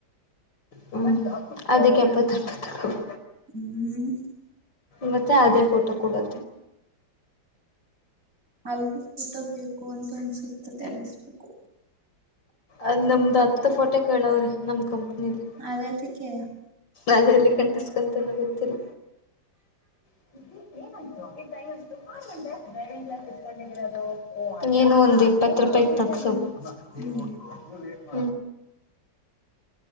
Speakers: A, on the left; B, on the right.
A: ಹ್ಮ್ ಅದಕ್ಕೆ ಏಪತ್ತು ರೂಪಾಯಿ
B: ಹ್ಮ್
A: ಮತ್ತೆ ಅದೇ ಫೋಟೋ ಕೊಡು.
B: ಅಲ್ಲುಗು ಫೋಟೋ ಬೇಕು ಅಂತ ಅನ್ನಿಸುತ್ತೆ ತೆಗಿಸಬೇಕು.
A: ಅದ್ ನಮ್ದ್ ಹತ್ತು ಫೋಟೋ ಕೇಳವ್ರಿ ನಮ್ ಕಂಪನಿ ಅಲ್ಲಿ.
B: ಅದ್ಯಾತಿಕ್ಯ.
A: ಅದು ಏನುಕ್ಕೆ ಅಂತ ಗೊತ್ತಿಲ್ಲ. <unintelligible> ನೀನು ಒಂದು್ ಇಪ್ಪತ್ತು ರೂಪಾಯಿಗೆ ತಾಕಿಸ್ಸು. <unintelligible> <unintelligible>
B: ಹ್ಮ್